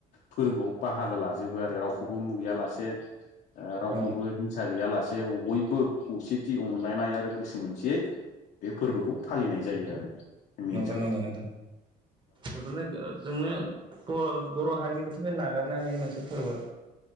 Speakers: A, on the left; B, on the right.
A: फोरबोआव बाहागो लाजोबो आरो रावखौबो मुगैया लासे रावखौबो
B: औ
A: हिंसा गैयालासे बयबो खौसेथि अनलायनाय आरो गोसो मोनसेयै बे फोरबोखौ फालिनाय जायो आरो जोंनि
B: नंगौ
A: ओनसोलाव
B: नंगौ नोंथां जोबोरनो जोंनो बर बर' हारिनि नागारनो हायि मोनसे फोरबो